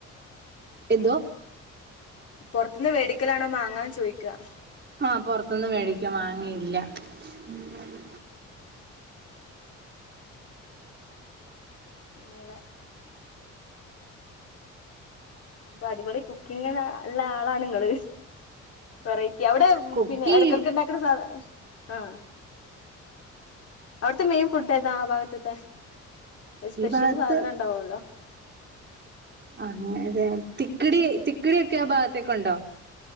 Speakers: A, on the right (about 35°); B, on the left (about 50°).
A: എന്തോ
B: പുറത്തുന്ന് വേടിക്കലാണോ മാാങ്ങാൻ ചോയ്ക്കുക
A: ആഹ പുറത്തൊന്നും മേടിക്കും വാങ്ങിയില്ല ഉം മതി
B: മൂനെ അപ്പൊ അടിപൊളി കുക്കിംഗ് ഉള്ള ആളാണ് നിങ്ങള് വെറൈറ്റി അവിടെ
A: കുക്കെയ്യും
B: പിന്നെ ഇടക്കിടക്ക് ഉണ്ടാക്കുന്ന സാധ ആഹ അവിടുത്തെ മെൻ ഫുഡ് എതാ ആഭഗത്തത്തെെ ഒരു സ്പെഷ്യൽ
A: ഈ ഭാഗത്ത്
B: സാധനം ഇണ്ടാവല്ലോ
A: അങ്ങനതെ തിക്കിടി തിക്കിടിയൊക്കെ ആ ഭാഗത്തേക്കുണ്ടോ